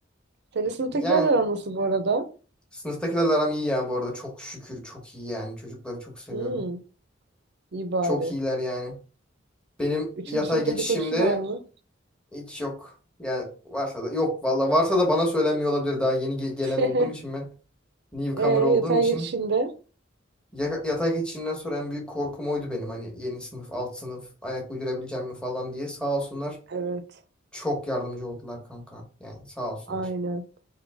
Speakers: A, on the right; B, in the centre.
A: Senin sınıftakilerle
B: Yani
A: aran nasıl bu arada?
B: sınıftakilerle aram iyi ya bu arada. Çok şükür çok iyi yani. Çocukları çok seviyorum.
A: Hmm, iyi bari.
B: Çok iyiler yani. Benim
A: Üçüncü
B: yatay
A: sınıf
B: geçişimde
A: dedikodusu var mı?
B: hiç yok. Yani varsa da yok valla. Varsa da bana söylenmiyor olabilir. Daha yeni ge- gelen
A: <laughs>
B: olduğum için ben newcomer
A: E,
B: olduğum
A: yatay
B: için
A: geçişinde.
B: ya- yatay geçişimden sonra en büyük korkum oydu benim. Hani yeni sınıf, alt sınıf, ayak uydurabileceğim mi falan diye. Sağ olsunlar.
A: Evet,
B: Çok yardımcı oldular kanka. Yani sağ olsunlar.
A: aynen.